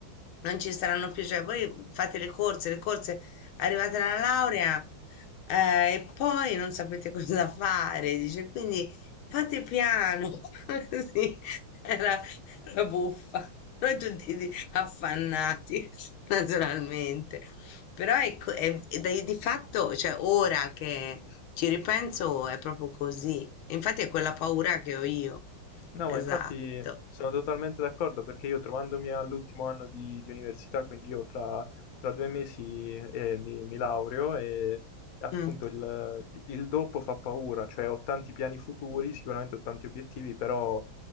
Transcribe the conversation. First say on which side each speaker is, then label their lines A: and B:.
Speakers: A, on the left; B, on the left.
A: non ci saranno più, cioè voi fate le corse, le corse, arrivate alla laurea, eh, e poi non sapete <laughs> cosa fare, dice, quindi fate piano, <laughs> sì, era, era buffa. Noi tutti affannati <laughs> naturalmente. Però ecco, è, è da- di fatto, cioè ora che ci ripenso è proprio così. Infatti è quella paura che ho io.
B: No,
A: Esatto.
B: ma infatti sono totalmente d'accordo perché io trovandomi all'ultimo anno di, di università, quindi io tra, tra due mesi eh, mi, mi laureo e appunto
A: Mm.
B: il, il dopo fa paura, cioè ho tanti piani futuri, sicuramente ho tanti obiettivi, però